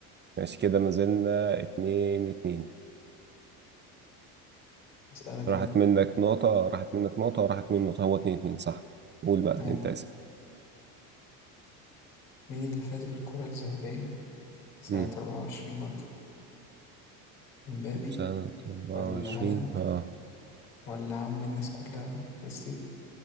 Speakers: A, on the right; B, on the left.
A: ماشي كده ما زلنا اتنين اتنين
B: هاسألك
A: راحت
B: أنا بقى
A: منك نقطة راحت منك نقطة وراحت مني نقطة هو اتنين اتنين صح قول بقى
B: أيوه،
A: انت اسأل
B: مين اللي فاز بالكرة الذهبية سنة
A: مم.
B: 24 برضه إمبابي
A: سنة أربعة
B: والّا
A: وعشرين
B: هالاند
A: ها
B: والّا عم الناس كلها ميسي